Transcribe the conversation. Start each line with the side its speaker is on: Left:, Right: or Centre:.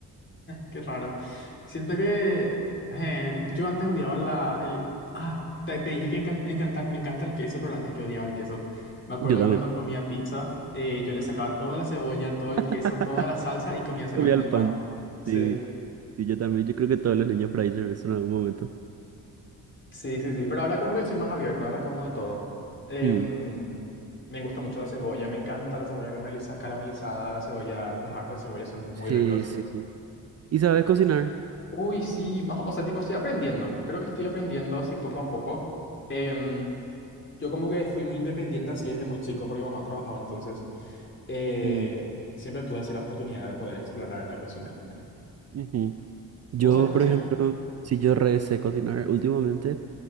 Left: Qué raro. Siento que eh, yo antes odiaba la, el... Ah, te, te dije que encan- me encanta, me encanta el queso, pero antes yo odiaba el queso. Me acuerdo
Right: Yo
Left: de
Right: también.
Left: cuando comía pizza, eh, yo le sacaba toda la cebolla, todo el
Right: <laughs>
Left: queso, toda la salsa y comía solamente
Right: Comía el
Left: el
Right: pan.
Left: pan. Sí,
Right: Sí, sí, yo también. Yo creo que todos los niños por ahí hicieron eso en algún momento.
Left: sí, sí, sí. Pero ahora como que estoy más abierto, ahora como de todo. Em,
Right: Mm,
Left: me gusta mucho la cebolla, me encanta la cebolla carameliza- caramelizada, la cebolla, los aros de cebolla son muy
Right: Sí,
Left: ricos.
Right: sí, sí. ¿Y sabes cocinar?
Left: Uy, sí, más, o sea, tipo, estoy aprendiendo. Creo que estoy aprendiendo así poco a poco. Em, yo como que fui muy independiente así desde muy chico porque mamá trabajaba, entonces eh,
Right: Mm,
Left: siempre tuve así la oportunidad de poder explorar la cocina, ponele.
Right: ujú. Yo,
Left: ¿Vos sabés cocinar?
Right: por ejemplo, si yo re sé cocinar últimamente,